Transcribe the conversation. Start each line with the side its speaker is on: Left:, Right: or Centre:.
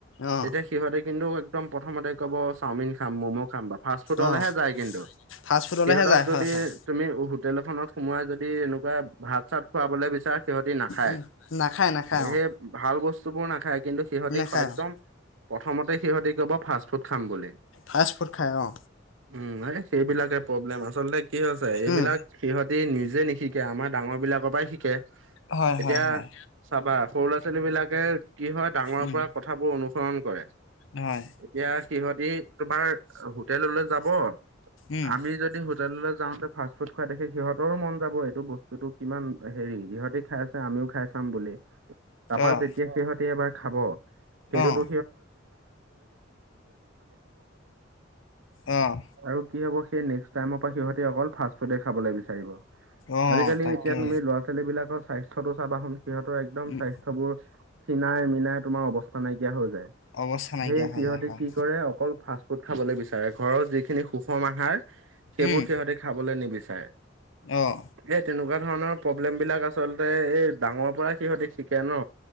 Left: অঁ
Right: তেতিয়া সিহঁতে কিন্তু একদম প্ৰথমতে ক'ব চাওমিন খাম ম'ম' খাম বা ফাষ্ট ফুড হ'লেহে
Left: অঁ
Right: যায় কিন্তু
Left: ফাষ্ট ফুডলেহে
Right: সিহঁতক
Left: যায়
Right: যদি
Left: হয় হয়
Right: তুমি হোটেল এখনত সোমাই যদি এনেকুৱা ভাত, চাত খুৱা। সিহতি নাখায়
Left: উম নাখায় নাখায়
Right: সেয়েহে
Left: অঁ
Right: ভাল বস্তু বোৰ নাখায় কিন্তু সিহঁতি
Left: নাখায়
Right: একদম
Left: অঁ
Right: প্ৰথমতে সিহঁতি ক'ব ফাৰ্ষ চ'ত খাম গ'লে
Left: ফাষ্ট ফুড খায় অ'।
Right: উম, এই সেইবিলাকে প্ৰব্লেম আচলতে কি হৈছে এইবিলাক
Left: উম
Right: সিহঁতি নিজে নিশিকে আমাৰ ডাঙৰ বিলাকৰ পৰাই শিকে।
Left: হয়,
Right: এতিয়া
Left: হয়, হয়।
Right: চাবা সৰু ল'ৰা-ছোৱালী বিলাকে কি হয় ডাঙৰৰ
Left: উম
Right: পৰা কথাবোৰ অনুসৰণ কৰে।
Left: হয়।
Right: এতিয়া সিহঁতি তোমাৰ হোটেললৈ যাব
Left: উম
Right: আমি যদি হোটেললৈ যাওঁতে ফাষ্ট ফুড খাই দেখে সিহঁতৰো মন যাব এইটো বস্তুতটো কিমান হেৰি সিহঁতে খাই। আমিও খাই চাম বুলি তাৰপা
Left: অঁ
Right: যেতিয়া সিহঁতে এবাৰ খাব। সেইটোতো
Left: অঁ অ'।
Right: আৰু কি হ'ব সেই নেক্ টাইৰ পৰা সিহঁ অকল ফাষ্ট ফুডে খাবলৈ বিচাৰিব।
Left: অঁ
Right: আজিকালি
Left: তাকে
Right: এতিয়া তুমি ল'ৰা-ছোৱালী বিলাকৰ স্বাস্থ্যতটো চাবাচোন সিহঁতৰ একদম
Left: উম
Right: স্বাস্থবোৰ খীণাই, মিনাই তোমাৰ অৱস্থা নাইকিয়া হৈ যায়।
Left: অৱস্থা নাইকিয়া
Right: সেই
Left: হৈ
Right: সিহতি
Left: যায় হয়
Right: অকল ফাষ্ট ফুড খাবলৈ বিচাৰে। চাৰে ঘৰৰ যিখিনি সুষম আহাৰ সেইবোৰ
Left: উম
Right: সিহঁতি খাবলৈ নিবিচাৰে।
Left: অঁ
Right: এই তেনেকুৱা ধৰণৰ প্ৰব্লেম বিলাক আচলতে এই ডাঙৰ পৰা সিহঁতি শিকে ন।